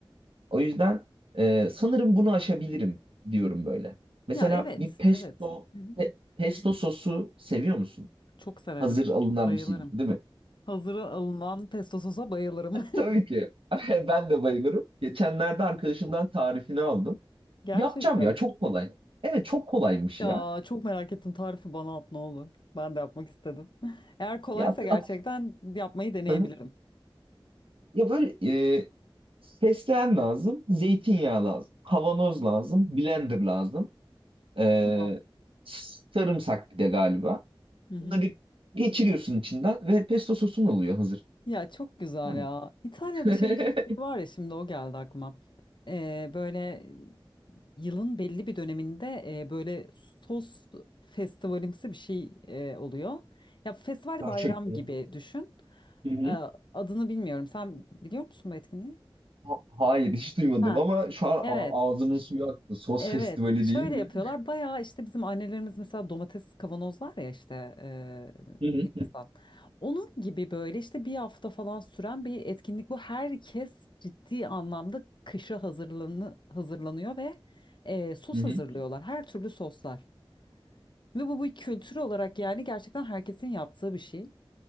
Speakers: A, on the right; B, on the left.
A: O yüzden e, sanırım bunu aşabilirim diyorum böyle. Mesela
B: Ya evet,
A: bir pesto
B: evet. Hı hı.
A: pe- pesto sosu seviyor musun?
B: Çok severim.
A: Hazır alınan
B: Bayılırım.
A: bir şey değil mi?
B: Hazıra alınan pesto sosa bayılırım.
A: Tabii ki. <laughs> Ben de bayılırım. Geçenlerde arkadaşımdan tarifini aldım.
B: <laughs> Gerçekten.
A: Yapacağım ya çok kolay. Evet çok kolaymış
B: Ya
A: ya.
B: çok merak ettim. Tarifi bana at ne olur. Ben de yapmak istedim. <laughs> Eğer kolaysa
A: Ya at,
B: gerçekten
A: at.
B: yapmayı deneyebilirim.
A: <laughs> Ya böyle e, fesleğen lazım, zeytinyağı lazım, kavanoz lazım, blender lazım, e,
B: Tamam.
A: sarımsak bir de galiba.
B: Hı hı.
A: Bunları geçiriyorsun içinden ve pesto sosun oluyor hazır.
B: Ya çok güzel
A: Tamam.
B: ya. İtalya'da
A: <laughs>
B: şey kültürü var ya şimdi o geldi aklıma. Ee, böyle yılın belli bir döneminde e, böyle sos festivalimsi bir şey e, oluyor. Ya festival
A: Gerçekten.
B: bayram gibi düşün.
A: Hı hı.
B: Ee, adını bilmiyorum. Sen biliyor musun bu etkinliği?
A: Ha- hayır hiç duymadım
B: Ha,
A: ama şu an
B: evet.
A: a- ağzımın suyu aktı. Sos
B: Evet,
A: festivali
B: şöyle
A: deyince.
B: yapıyorlar. Bayağı işte bizim annelerimiz mesela domates kavanozlar ya işte eee
A: Hı hı.
B: yazdan. Onun gibi böyle işte bir hafta falan süren bir etkinlik bu. Herkes ciddi anlamda kışa hazırlanı, hazırlanıyor ve eee, sos
A: Hı hı.
B: hazırlıyorlar. Her türlü soslar. Ve bu bir kültür olarak yani gerçekten herkesin yaptığı bir şey.